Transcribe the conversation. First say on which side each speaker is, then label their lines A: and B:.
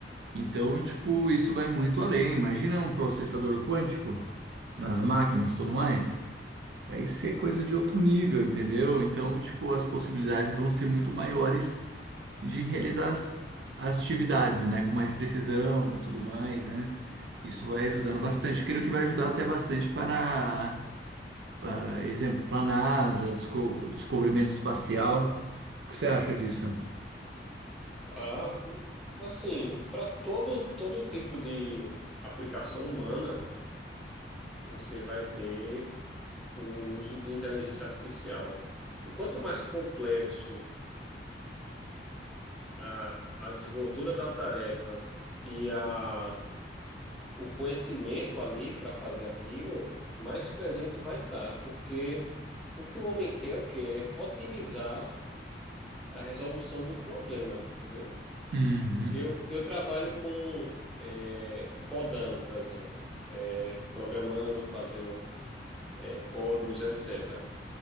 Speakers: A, on the right; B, in the centre.
A: Então, tipo, isso vai muito além. Imagina um processador quântico nas máquinas e tudo mais. Vai ser coisa de outro nível, entendeu? Então, tipo, as possibilidades vão ser muito maiores de realizar as as atividades, né? Com mais precisão, tudo mais, né? Isso vai ajudando bastante. Creio que vai ajudar até bastante para ah, exemplo, para a NASA, desco- descobrimento espacial. O que você acha disso?
B: ah, assim, para todo todo tipo de aplicação humana, você vai ter o uso de inteligência artificial. E quanto mais complexo a, a desenvoltura da tarefa e a, o conhecimento ali para fazer aquilo, mais presente vai estar, porque o que o homem quer, é o que é otimizar a resolução de um problema, entendeu?
A: Uhum.
B: Eu, eu trabalho com é, codando, por exemplo, é, programando, fazendo é, códigos, etc.